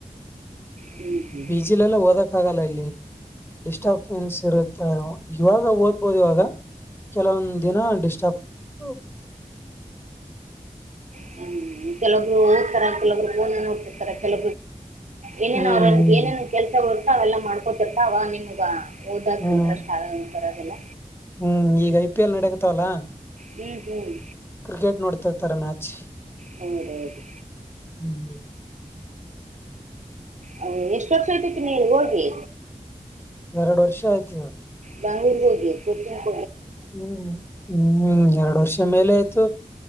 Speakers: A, on the right (about 60°); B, on the left (about 15°).
A: ಹ್ಮ್ ಹ್ಮ್ ಹ್ಮ್
B: ಪಿ ಜಿಲೆಲ್ಲ ಓದಕ್ಕ ಆಗಲ್ಲ ಇಲ್ಲಿ. ಡಿಸ್ಟರ್ಬೆನ್ಸ್ ಇರುತ್ತೆ ಇವಾಗ ಓದ್ಬೋದು ಇವಾಗ. ಕೆಲವೊಂದ್ ದಿನ ಡಿಸ್ಟರ್ಬ್ ಆ.
A: ಹ್ಮ್ ಕೆಲೊಬ್ರು ಓದ್ತಾರ್ ಕೆಲೊಬ್ರು ಕ. ನೋಡ್ತ ಕೆಲ ಏನ್
B: ಹ್ಮ್
A: ಏನ್ ಅವ್ರ ಏನ ಏನ್ ಕೆಲಸ ಇರುತ್ತ ಅವೆಲ್ಲಾ ಮಾಡ್ಕೊ. ರ್ತ ಅವ ನಿಮಗ ಓದಕು
B: ಹ್ಮ್ ಹ್ಮ್
A: ಇಂಟ್ರೆಸ್ಟ್ ಆಗ ಬರೋದಿಲ್ಲ.
B: ಹ್ಮ್ ಈಗ ಐ ಪಿ ಎಲ್ ನಾಡ್ಯಕತ್ತವಲ್ಲ.
A: ಹ್ಮ್ ಹ್ಮ್.
B: ಕ್ರಿಕೆಟ್ ನೋಡ್ತಾರ್ತಾರೆ ಮ್ಯಾಚ್.
A: ಹೌದ ಹೌದು.
B: ಹ್ಮ್
A: ಅ ಎಷ್ಟ್ ವರ್ಷ <unintelligible> ನೀಲ್ಲಿ ಹೋಗಿ.
B: ಎರಡು ವರ್ಷ ಆಯ್ತಿನಾ
A: ಬಾಂಗಳೂರ್ ಹೋಗಿ ಕೊ
B: ಹ್ಮ್ ಹ್ಮ್ ಎರಡು ವರ್ಷ ಮೇಲೆ ಆ್ತ